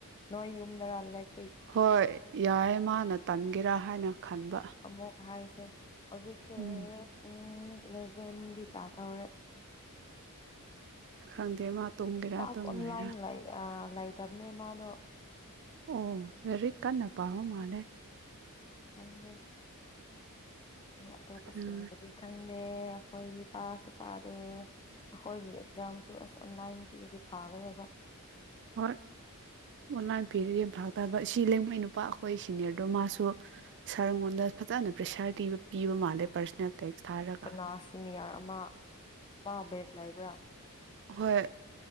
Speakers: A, on the left; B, on the right.
A: ꯅꯣꯏ ꯌꯨꯝꯗꯔꯥ ꯂꯩ
B: ꯍꯣꯏ ꯌꯥꯏ ꯃꯥꯟꯅ ꯇꯟꯒꯦꯔꯥ ꯍꯥꯏꯅ ꯈꯟꯕ
A: ꯑꯃꯨꯛ ꯍꯥꯏꯁ ꯑꯦ ꯍꯧꯖꯤꯛꯁꯦ
B: ꯎꯝ
A: ꯄꯨꯡ ꯏꯂꯦꯕꯦꯟꯗꯤ ꯇꯥꯗꯧꯔꯦ
B: ꯈꯪꯗꯦ ꯃꯥ ꯇꯨꯝꯒꯦꯔꯥ
A: ꯄꯥꯄ
B: ꯇꯨꯝꯂꯣꯏꯔꯥ
A: ꯑꯝ ꯂꯥꯏꯟ ꯂꯥꯏ ꯑ ꯂꯩꯇꯕꯅꯦ ꯃꯥꯗꯣ
B: ꯑꯣ ꯂꯥꯏꯔꯤꯛ ꯀꯟꯅ ꯄꯥꯕ ꯃꯥꯜꯂꯦ
A: ꯈꯪꯗꯦ ꯑꯇꯣꯞꯄ
B: ꯎꯝ
A: ꯁꯤꯡꯕꯨꯗꯤ ꯈꯪ ꯗꯦ ꯑꯩꯈꯣꯏꯒꯤ ꯄꯥꯁꯨ ꯄꯥꯗꯦ ꯑꯩꯈꯣꯏꯒꯤ ꯑꯦꯛꯖꯥꯝꯁꯨ ꯑꯁ ꯑꯣꯟꯂꯥꯏꯟ ꯄꯤꯔꯗꯤ ꯐꯥꯒꯗꯕ
B: ꯍꯣꯏ ꯑꯣꯟꯂꯥꯏꯟ ꯄꯦꯔꯗꯤ ꯌꯦ ꯐꯒꯗꯕ ꯁꯤ ꯂꯩꯉꯣꯏ ꯅꯨꯄꯥ ꯑꯩꯈꯣꯏ ꯁꯤꯅꯤꯌꯔꯗꯣ ꯃꯥꯁꯨ ꯁꯥꯔꯉꯣꯟꯗ ꯐꯖꯅ ꯄ꯭ꯔꯦꯁꯔ ꯄꯤꯕ ꯃꯥꯜꯂꯦ ꯄꯥꯔꯁꯣꯅꯦꯜ ꯇꯦꯛꯁ ꯊꯥꯔꯒ
A: ꯀꯅꯥ ꯁꯤꯅꯤꯌꯥꯔ ꯑꯃ ꯄꯥꯕꯦꯛ ꯂꯩꯕ꯭ꯔꯥ
B: ꯍꯣꯏ